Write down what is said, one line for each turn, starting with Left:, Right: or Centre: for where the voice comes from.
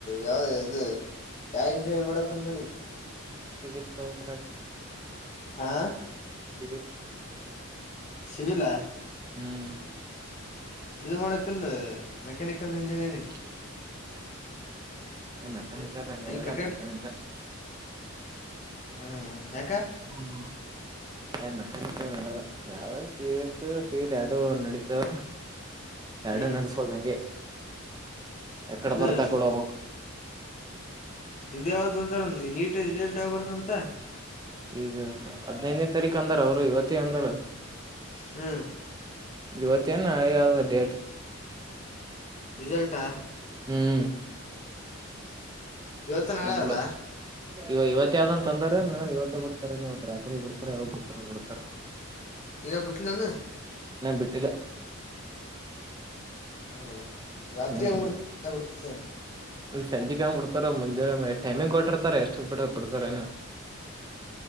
Left: ಯಾವ್ದ ಇದು ಯಾವ ಇಂಜಿನಿಯರಿಂಗ್ ಮಾಡಕಂತ ಮಾಡಿದಿ.
Right: ಸಿವಿಲ್ ತೊಬೇಕನ್ನಾಕತಿನಿ.
Left: ಹಾ
Right: ಸಿವಿಲ್.
Left: ಸಿವಿಲ್ಲ.
Right: ಹ್ಮ್
Left: ಇದು ಮಾಡಕಿಲ್ ಮೆಕ್ಯಾನಿಕಲ್ ಇಂಜಿನಿಯರಿಂಗ್.
Right: <inaudible> ಮೆಕಾನಿಕಲ್ ಇಂಜಿನಿಯರಿಂಗ್
Left: ಎಲ್ಲಿ ಕಟ್ಕಟ್
Right: ಮೆಕಾನಿಕಲ್
Left: ಹ್ಮ್ ಯಾಕ.
Right: ಹ್ಮ್ ಏನ್ ಮೆಕಾನಿಕಲ್ ಮಾಡಲ ಯಾವ ಸಿಎಸ್ ಸಿವಿಲ್ ಯಾಡು ನಡೀತಾವ. ಯಾರಡು
Left: ಹ್ಮ್
Right: ನಡ್ಸ್ಬಕ್ ಹಂಗೆ. ಯಕಡೆ
Left: ಇದ.
Right: ಬರ್ತಾ ಆಕಡೆ ಹೋಗ್ಬೇಕು
Left: ಇದ ಯಾವ್ದ ಅದ ನೀಟ್ ರಿಸಲ್ಟ್ ಯಾವ ಬರ್ತ್ತದಂತ.
Right: ಈಗ ಹದ್ನೈದನೇ ತಾರೀಕು ಅಂದಾರ ಅವ್ರು ಇವತ್ತ ಅಂದಾರ.
Left: ಹ್ಮ್
Right: ಇವತ್ತೇನ್ ನಾಳಿಗೆ ಅದಾ ಡೇಟ್.
Left: ರಿಸಲ್ಟ್ ಆ.
Right: ಹ್ಮ್
Left: ಇವತ್ತು ನಾಳೆ
Right: ನಮ್ಬುಡ.
Left: ಅದ
Right: ಇವ ಇವತ್ತೆ ಆದಂತಂದಾರ ನೋಡ ಇವತ್ತೇ ಬಿಡ್ತಾರೇನ್ ಇವತ್ ರಾತ್ರಿ ಬಿಡ್ತಾರ ಯಾವಾಗ ಬಿಡ್ತಾರ ಬಿಡ್ತಾರ.
Left: ಇನ್ನ ಬಿಟ್ಟಿಲ್ಲನ.
Right: ಇನ್ನ ಬಿಟ್ಟಿಲ್ಲ.
Left: ಹ್ಮ್ ರಾತ್ರಿ
Right: ಹ್ಮ್
Left: ಹೆಂಗ್ ಬಿಡ್ತ ಬಿಡ್ತಾನ.
Right: ಈಗ ಸಂಜಿಕೆ ಹಂಗ್ ಬಿಡ್ತಾರ ಮುಂಜಾಲೆ ಟೈಮಿಂಗ್ ಕೊಟ್ಟಿರ್ತಾರ ಎಷ್ಟಕ್ ಬಿಡ ಬಿಡ್ತಾರೇನ.